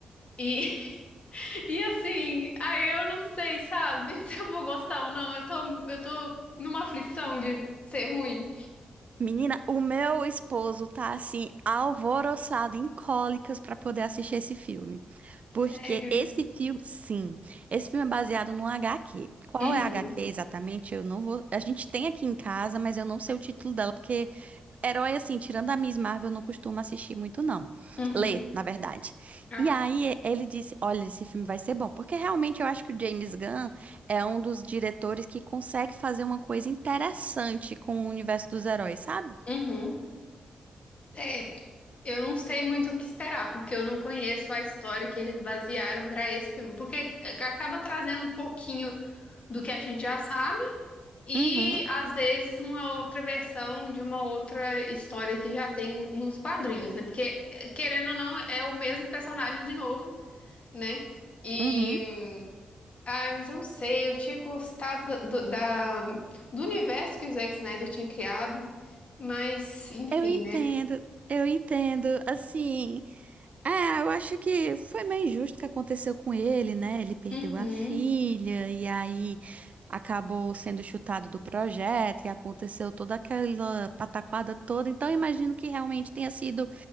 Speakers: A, on the left (about 45°); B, on the right (about 55°).
A: E, E assim, aí eu não sei, sabe, <laughs> se eu vou gostar ou não. Eu tô, eu tô numa aflição de ser ruim.
B: Menina, o meu esposo tá assim, alvoroçado em cólicas pra poder assistir esse filme. Porque
A: Sério.
B: esse filme, sim, esse filme é baseado num HQ. Qual
A: Uhum.
B: é a HQ exatamente? Eu não vou. A gente tem aqui em casa, mas eu não sei o título dela, porque herói, assim, tirando a Miss Marvel, eu não costumo assistir muito, não.
A: Uhum.
B: Lê, na verdade.
A: Ah,
B: E
A: tá.
B: aí ele disse: Olha, esse filme vai ser bom. Porque realmente eu acho que o James Gunn é um dos diretores que consegue fazer uma coisa interessante com o universo dos heróis, sabe?
A: Uhum. É, eu não sei muito o que esperar, porque eu não conheço a história que eles basearam pra esse filme. Porque eh, acaba trazendo um pouquinho do que a gente já sabe e,
B: Uhum,
A: às vezes, uma outra versão de uma outra história que já tem nos quadrinhos, né? Porque, eh, querendo ou não, é o mesmo personagem de novo. né? E,
B: uhum.
A: ai, mas eu não sei, eu tinha gostado da- do, da, do universo que o Zack Snyder tinha criado, mas, enfim,
B: Eu entendo,
A: né?
B: eu entendo. Assim, É, eu acho que foi meio injusto o que aconteceu com ele, né? Ele perdeu
A: Uhum,
B: a filha e aí acabou sendo chutado do projeto e aconteceu toda aquela pataquada toda. Então, eu imagino que realmente tenha sido